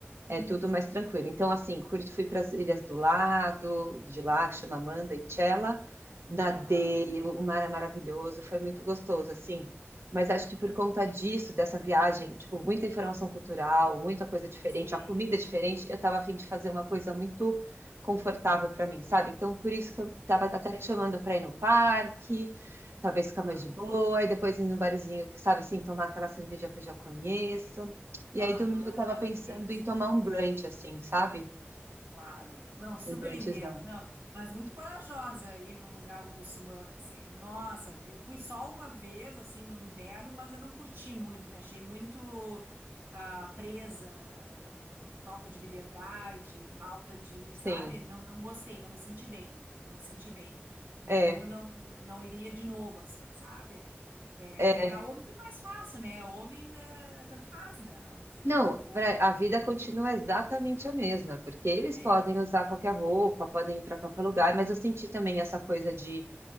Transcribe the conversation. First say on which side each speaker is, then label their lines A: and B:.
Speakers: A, on the right (about 75°); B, on the right (about 50°).
A: é
B: Uhum.
A: tudo mais tranquilo. Então, assim, curti, fui para as ilhas do lado, de lá, que chama Manda e Chela, nadei,
B: Aham.
A: o mar é maravilhoso, foi muito gostoso, assim. Mas acho que por conta disso, dessa viagem, tipo, muita informação cultural, muita coisa diferente,
B: Sim,
A: a comida é diferente, eu estava a fim de fazer uma coisa muito confortável para mim, sabe? Então, por isso que eu estava
B: entendi.
A: até te chamando para ir no parque, talvez ficar
B: Ah,
A: mais de boa, e depois ir num barzinho, sabe, assim, tomar aquela cerveja que eu já conheço. E
B: Aham,
A: aí, domingo eu tava
B: não,
A: pensando
B: entendo, super
A: em tomar
B: entendo.
A: um brunch, assim, sabe?
B: Claro. Não, super
A: Um brunchzão.
B: entendo. Não, mas muito corajosa ir num lugar muçulmano assim. Nossa, eu fui só uma vez assim no inverno, mas eu não curti muito, me achei muito ah, presa, f- falta de liberdade, falta de, sabe?
A: Sim.
B: Não, não gostei, não me senti bem, não me senti bem. Então
A: É.
B: eu não, não iria de novo assim, sabe? É,
A: é.
B: para homem é mais fácil, né? Homem, né, tanto faz, né? Se
A: Não,
B: for
A: pra- a vida continua exatamente a mesma, porque eles
B: É,
A: podem usar qualquer roupa, podem ir para qualquer lugar, mas eu senti também essa coisa de